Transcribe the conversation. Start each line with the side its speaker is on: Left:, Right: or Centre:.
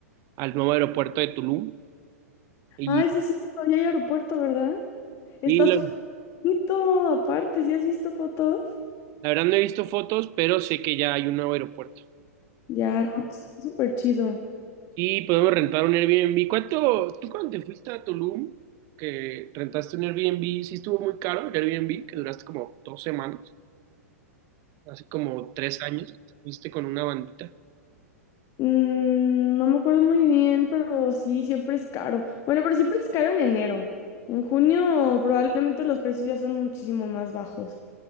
Right: al nuevo aeropuerto de Tulum. Y,
Left: Ay, sí, sí, ya hay aeropuerto, ¿verdad? Está
Right: y lo-
Left: súper bonito, aparte, ¿sí has visto fotos?
Right: la verdad no he visto fotos, pero sé que ya hay un nuevo aeropuerto.
Left: Ya, no, sí, está súper chido.
Right: Y podemos rentar un Airbnb. ¿Cuánto, tú cuando te fuiste a Tulum, que rentaste un Airbnb, sí estuvo muy caro el Airbnb, que duraste como dos semanas? hace como tres años, que te fuiste con una bandita
Left: Mm, no me acuerdo muy bien, pero sí, siempre es caro. Bueno, pero siempre es caro en enero. En junio probablemente los precios ya son muchísimo más bajos.